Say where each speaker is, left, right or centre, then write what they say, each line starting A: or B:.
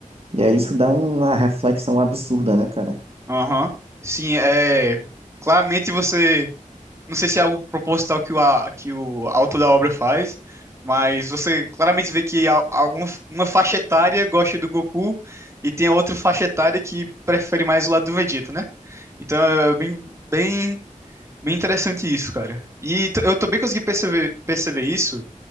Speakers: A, on the right; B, on the right.
A: E aí isso dá uma reflexão absurda, né, cara?
B: Aham. Sim, é. Claramente você. Não sei se é algo proposital que o, a- que o autor da obra faz, mas você claramente vê que a- alguma uma faixa etária gosta do Goku e tem a outra faixa etária que prefere mais o lado do Vegeta, né? Então é bem, bem Bem interessante isso, cara. E t- eu também consegui perceber, perceber isso